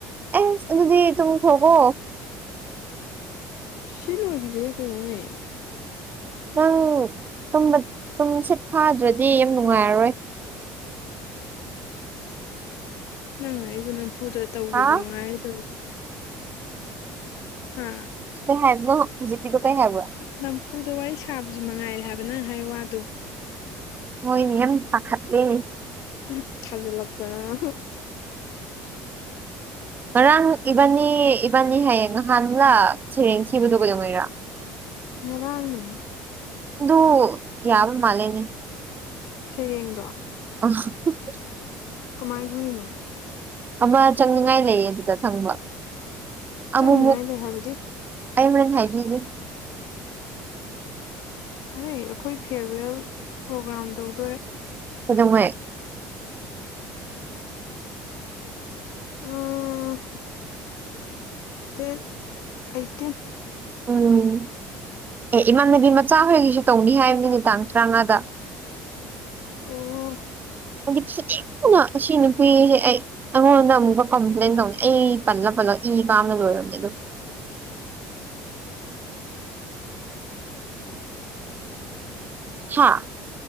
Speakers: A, on the right (about 35°); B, on the left (about 70°).
A: ꯑꯦꯁ ꯑꯗꯨꯗꯤ ꯇꯨꯝꯈꯔꯣꯀꯣ
B: ꯁꯤ ꯂꯣꯢꯒꯤꯁꯤꯍꯦ ꯀꯩꯅꯣꯅꯦ
A: ꯅꯪ ꯇꯨꯝꯕ ꯇꯨꯝꯁꯤꯠ ꯐꯥꯗ꯭ꯔꯗꯤ ꯌꯥꯝ ꯅꯨꯡꯉꯥꯏꯔꯔꯣꯏ
B: ꯅꯪꯅ ꯑꯩꯕꯨ ꯅꯝꯐꯨꯗ ꯇꯧꯕꯁꯤ
A: ꯍꯥ
B: ꯃꯥꯉꯥꯏꯔꯦ ꯇꯧꯔꯤꯁꯦ ꯍꯥꯝ
A: ꯀꯩꯍꯥꯏꯕꯅꯣ ꯍꯧꯖꯤꯛꯀꯤꯗꯨ ꯀꯩ ꯍꯥꯏꯕ꯭ꯔ
B: ꯅꯝꯐꯨꯗ ꯋꯥꯔꯤ ꯁꯥꯕꯁꯤ ꯃꯉꯥꯏꯔꯦ ꯍꯥꯏꯕ ꯅꯪ ꯍꯥꯏ ꯋꯥꯗꯣ
A: ꯃꯣꯏ ꯃꯌꯥꯝ ꯄꯥꯈꯠꯂꯦ
B: ꯎꯝ ꯊꯥꯖꯜ ꯂꯛꯇꯅꯪ <unintelligible>
A: ꯉꯔꯥꯡ ꯏꯕꯥꯅꯤ ꯏꯕꯥꯅꯤ ꯍꯥꯢꯌꯦ ꯉꯍꯥꯟꯂ ꯁꯩꯔꯦꯡ ꯊꯤꯕꯗꯣ ꯀꯩꯗꯧꯉꯩꯔꯥ
B: ꯉꯔꯥꯡꯅꯦ
A: ꯗꯨ ꯌꯥꯕ ꯃꯥꯜꯂꯦꯅꯦ
B: ꯁꯩꯔꯦꯡꯗꯣ
A: ꯑ <unintelligible>
B: ꯀꯃꯥꯏ ꯈꯪꯢꯅꯣ
A: ꯑꯃ ꯆꯪꯅꯤꯡꯉꯥꯏ ꯂꯩ ꯑꯗꯨꯗ ꯈꯪꯕ
B: ꯆꯪꯅꯤꯉꯥꯏ
A: ꯑꯃꯨꯛꯃꯨꯛ
B: ꯂꯩ ꯍꯥꯏꯕꯗꯤ
A: ꯑꯩ ꯍꯨꯔꯦꯟ ꯍꯥꯏꯕꯤꯒꯦ
B: ꯑꯩ ꯑꯩꯈꯣꯏ ꯐꯤꯔꯋꯦꯜ ꯄ꯭ꯔꯣꯒ꯭ꯔꯥꯝ ꯇꯧꯗꯣꯔꯦ
A: ꯀꯩꯗꯧꯉꯩ
B: ꯎꯝ ꯗꯦꯠ ꯑꯦꯠꯇꯤꯟ
A: ꯎꯝ ꯑꯦ ꯏꯃꯥꯟꯅꯕꯤ ꯃꯆꯥ ꯍꯣꯏꯒꯤꯁꯨ ꯇꯧꯅꯤ ꯍꯥꯏꯕꯅꯤ ꯅꯨ ꯇꯥꯡ ꯇꯔꯥꯃꯉꯥꯗ
B: ꯑꯣ
A: ꯑꯩꯗꯤ ꯐꯨꯅꯤꯡꯕꯅ ꯑꯁꯤ ꯅꯨꯄꯤꯁꯦ ꯑꯩ ꯑꯩꯉꯣꯟꯗ ꯑꯃꯨꯛꯀ ꯀꯝꯄ꯭ꯂꯦꯟ ꯇꯧꯅꯤ ꯑꯩ ꯄꯜꯂ ꯄꯜꯂꯒ ꯏ ꯀꯥꯕꯅ ꯂꯣꯏꯔꯕꯅꯦ ꯑꯗꯨ ꯍꯥ